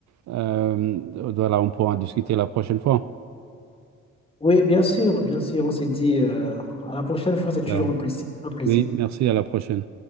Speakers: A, on the right (about 65°); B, on the left (about 20°).
A: Euh, voilà, on pourra en discuter la prochaine fois.
B: Oui, bien sûr, bien sûr, on s'est dit euh, à la prochaine fois, c'est toujours
A: Voilà.
B: un plaisir, un plaisir.
A: Oui, merci, à la prochaine.